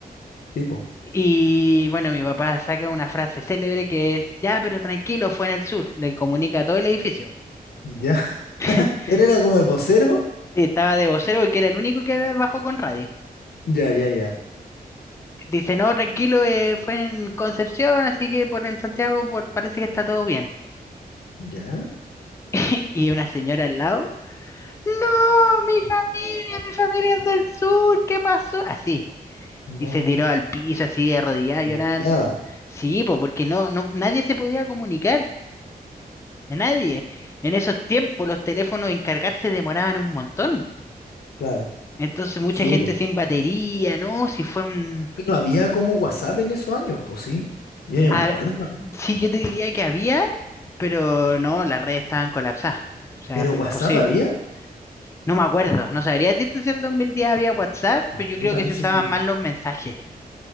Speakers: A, on the left; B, on the left.
A: tipo,
B: Y bueno, mi papá saca una frase célebre que es, ya, pero tranquilo, fue en el sur, le comunica a todo el edificio.
A: ya. <laughs>
B: <laughs>
A: Él era como el vocero.
B: Sí, estaba de vocero porque era el único que bajó con radio.
A: Ya, ya, ya,
B: Dice, no, tranquilo, eh, fue en Concepción, así que por en Santiago por, parece que está todo bien.
A: ya.
B: Y- Y una señora al lado, no, mi familia, mi familia es del sur, ¿qué pasó? Así. Y
A: No,
B: se tiró al piso así, arrodillada,
A: angustiada,
B: llorando. Sí, pues porque no, no, nadie se podía comunicar, nadie. En esos tiempos los teléfonos en cargarse demoraban un montón.
A: claro.
B: Entonces mucha
A: Sí,
B: gente
A: po.
B: sin batería, ¿no? Si fue un,
A: Y no había como WhatsApp en esos años, pues sí. Yo no
B: A-
A: me acuerdo.
B: sí, yo te diría que había, pero no, las redes estaban colapsadas. O sea,
A: Pero
B: fue
A: WhatsApp
B: imposible.
A: había,
B: No me acuerdo, no sabría decirte si el 2010 había WhatsApp,
A: porque
B: pero yo
A: yo
B: creo
A: parece
B: que se usaban
A: que
B: más los mensajes.